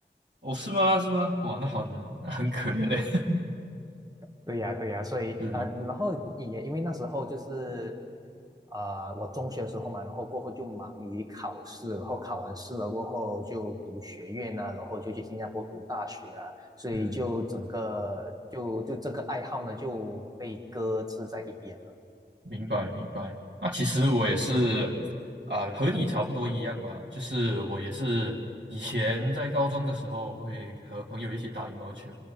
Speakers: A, on the right; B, on the right.
A: 哦，是吗？是吗？哇，那很那很可怜嘞。
B: 对呀，对呀，所以啊、
A: <laughs> 是，
B: 呃然后也因为那时候就是啊，我中学的时候嘛，然后过后就忙于考试，然后考完试了过后就读学院啊，然后就去新加坡读大学啊，所以就整个就就这个爱好呢就被搁置在一边了。
A: 嗯。明白明白。那其实我也是啊、和你差不多一样吧，就是我也是以前在高中的时候会和朋友一起打羽毛球，